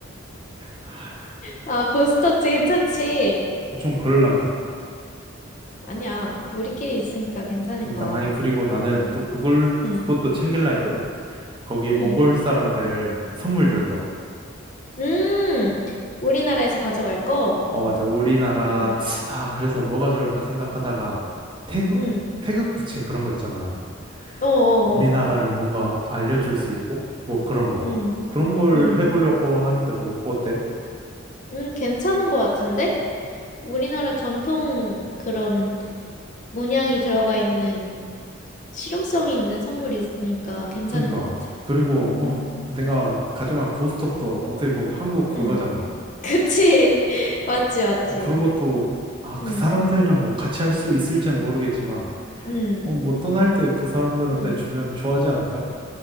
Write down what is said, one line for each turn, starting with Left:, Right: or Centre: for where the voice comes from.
Right: 아,
Left: 아, 고스톱 괜찮지?
Right: 그거 좀 그럴란가?
Left: 아니야. 우리끼리 있으니까 괜찮을
Right: 그러니까
Left: 거야.
Right: 아니 그리고 나는
Left: 응,
Right: 또 그걸
Left: 응.
Right: 그것도 챙길라 했거든. 거기
Left: 응
Right: 몽골 사람들 선물 줄 거.
Left: 음. 우리나라에서 가져갈 거?
Right: 어 맞아. 우리나라
Left: 어.
Right: 아 그래서 뭐가 좋을까 생각하다가 태극
Left: 응
Right: 태극 부채 그런 거 있잖아.
Left: 어어어.
Right: 우리나라를 뭔가 알려줄 수 있고 뭐 그런 거
Left: 응
Right: 그런 걸
Left: 응
Right: 해보려고 하는데 뭐 어때?
Left: 응 괜찮은 것 같은데? 우리나라 전통 그런 문양이 들어가 있는 실용성이 있는 선물이니까 괜찮을
Right: 그러니까
Left: 것 같아.
Right: 그리고
Left: 응
Right: 어, 내가 가져간 고스톱도 어떻게 보면 한국 그거잖아.
Left: 응 그치? <laughs> 맞지, 맞지.
Right: 그런 것도 아 그
Left: 응
Right: 사람들이랑 뭐 같이 할 수 있을지는 모르겠지만.
Left: 응
Right: 어, 뭐 떠날 때 그 사람들한테
Left: 응
Right: 주면 좋아하지 않을까?